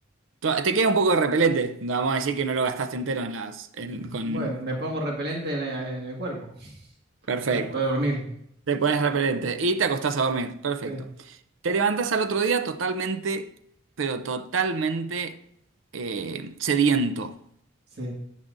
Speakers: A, on the right; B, on the right.
A: To- Te queda un poco de repelente. No, Vamos a decir que no lo gastaste entero en las. en- con...
B: Bueno, me pongo repelente en, la- en el cuerpo
A: Perfecto.
B: para poder dormir.
A: Te pones repelente y te acostás a dormir. Perfecto.
B: Sí,
A: Te levantas al otro día totalmente, pero totalmente eh, sediento.
B: sí.